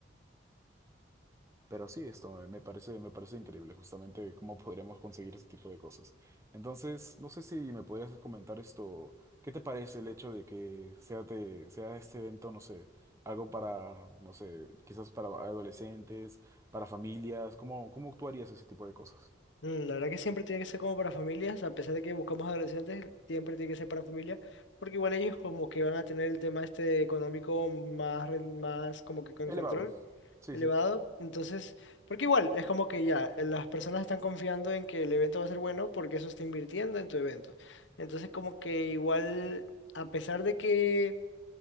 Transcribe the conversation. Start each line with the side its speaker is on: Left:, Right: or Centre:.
Right: Pero sí, esto me me parece, me parece increíble, justamente cómo podríamos conseguir ese tipo de cosas. Entonces, no sé si me podrías comentar esto, ¿qué te parece el hecho de que sea, de- sea este evento, no sé, algo para, no sé, quizás para adolescentes, para familias? ¿Cómo, cómo tú harías ese tipo de cosas?
Left: Mm, La verdad que siempre tiene que ser como para familias, a pesar de que buscamos adolescentes, siempre tiene que ser para familia, porque igual ellos como que van a tener el tema este económico más, ren- más como que con
Right: Elevado.
Left: control
Right: Sí,
Left: elevado.
Right: sí.
Left: Entonces, porque igual es como que ya eh, las personas están confiando en que el evento va a ser bueno porque eso está invirtiendo en tu evento. Entonces, como que igual, a pesar de que